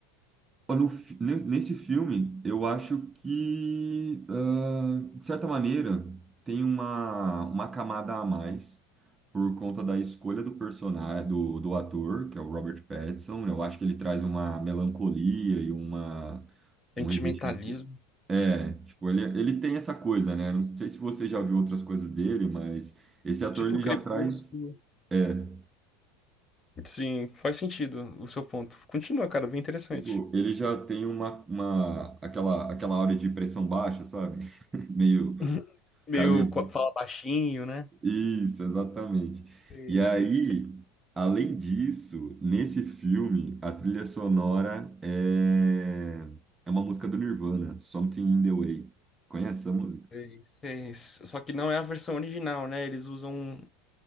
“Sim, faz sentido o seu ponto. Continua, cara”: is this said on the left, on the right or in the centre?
Left